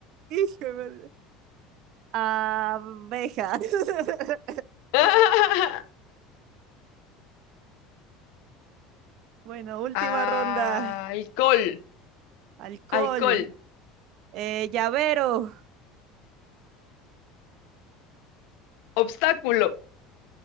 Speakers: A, on the right; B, on the left.
A: Hijo de madre. Abejas. <laughs>
B: <laughs>
A: Bueno, última
B: Alcohol.
A: ronda. Alcohol,
B: Alcohol.
A: eh, llavero,
B: Obstáculo.